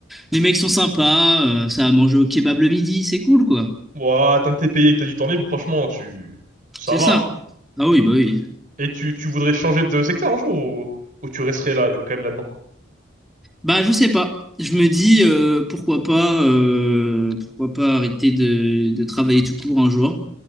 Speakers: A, in the centre; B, on the right.
A: Les mecs sont sympas, euh, ça a mangé au kebab le midi, c'est cool, quoi.
B: Ouah, tant que t'es payé et que t'as du temps libre, franchement, tu, ça
A: C'est
B: va.
A: ça. Ah oui, bah oui.
B: Et tu, tu voudrais changer de secteur un jour ou, ou tu resterais là, quand même là-dedans?
A: Bah, je sais pas. Je me dis euh, pourquoi pas, euh, pourquoi pas arrêter de, de travailler tout court un jour.